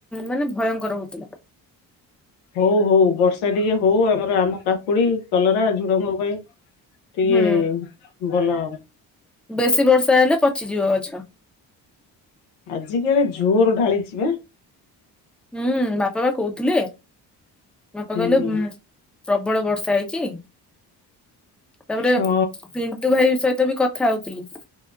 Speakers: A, in the centre; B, on the left.
A: ମାନେ ଭୟଙ୍କର ହଉଥିଲା।
B: ହଉ ହଉ ବର୍ଷା ଟିକେ ହଉ ଆମର ଆମ କାକୁଡି କଲରା ଝୁଡଙ୍କ ପାଇଁ ଟିକେ
A: ହୁଁ
B: ଭଲ ହେବ।
A: ବେଶୀ ବର୍ଷା ହେଲେ ପଚିଯିବ ଗଛ।
B: ଆଜିିକାଲି ଝୋର ଢାଳିଛି ବା
A: ହୁଁ ବାପା ବା କହୁଥିଲେ। ବାପା
B: ହୁଁ
A: କହିଲେ
B: ହୁଁ
A: ପ୍ରବଳ ବର୍ଷା ହେଇଛି? ତାପରେ
B: ହଁ
A: ପିଣ୍ଟୁ ଭାଇ ସହିତ ବି କଥା ହଉଥିଲି।